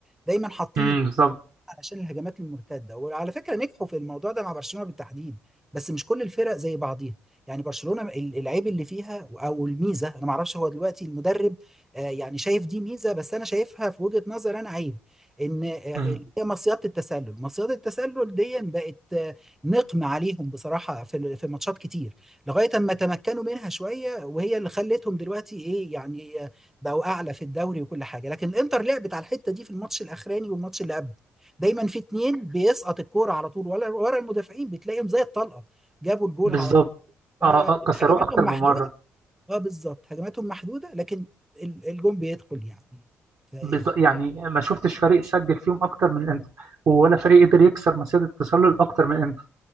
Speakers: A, in the centre; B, on the right.
A: دايما حاطين
B: امم بالظبط
A: علشان الهجمات المرتده وعلى فكره نجحوا في الموضوع ده مع برشلونه بالتحديد بس مش كل الفرق زي بعضيها يعني برشلونه ال- العيب اللي فيها او الميزه انا ما اعرفش هو دلوقتي المدرب آه، يعني شايف دي ميزه بس انا شايفها في وجهه نظر انا عيب ان آه، اللي
B: أمم.
A: هي مصيده التسلل مصيده التسلل دي بقت آه، نقم عليهم بصراحه في ال- في ماتشات كتير لغايه اما تمكنوا منها شويه وهي اللي خلتهم دلوقتي ايه يعني آه، بقوا اعلى في الدوري وكل حاجه لكن الانتر لعبت على الحته دي في الماتش الاخراني والماتش اللي قبل دايما في اتنين بيسقط الكوره على طول ورا ورا المدافعين بتلاقيهم زي الطلقه جابوا الجول
B: بالظبط
A: على طول
B: اه
A: آه،
B: آه، كسروه
A: هجماتهم
B: اكتر
A: محدوده
B: من مره
A: اه بالظبط هجماتهم محدوده لكن ال- الجون بيدخل يعني فايه
B: بالظبط يعني ما شفتش فريق سجل فيهم اكتر من الانتر ولا فريق قدر يكسر مسيره التسلل اكتر من الانتر